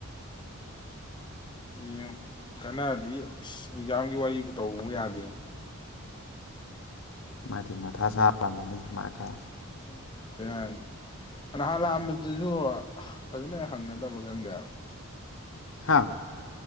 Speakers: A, on the left; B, on the left.
A: ꯌꯦꯡꯉ꯭ꯌꯨ ꯀꯅꯗꯤ ꯏꯁ ꯑꯦꯛꯖꯥꯝꯒꯤ ꯋꯥꯔꯤꯕꯨ ꯇꯧꯕꯕꯨ ꯌꯥꯗꯦ
B: ꯃꯥꯗꯤ ꯃꯥꯊꯥ ꯁꯥ <unintelligible>
A: <unintelligible> ꯉꯍꯥꯟ ꯂꯥꯛꯑꯝꯕꯗꯨꯁꯨ ꯐꯖꯅ ꯍꯪꯅꯗꯕꯔꯥ ꯈꯪꯗꯦ ꯍꯥꯏꯕ
B: ꯍꯥꯍ